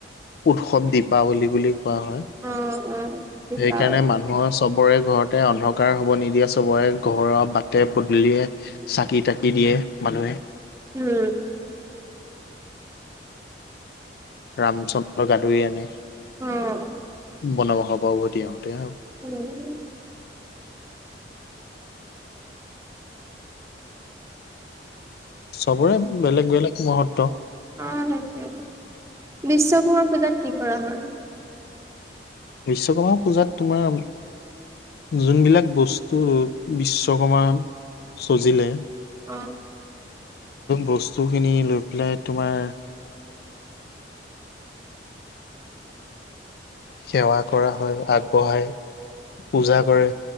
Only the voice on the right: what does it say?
অ', অ', দীপাৱলী
উম,
অ',
উম।
অঁ সেইটোৱে। বিশ্বকৰ্মা পূজাত কি কৰা হয়?
অ।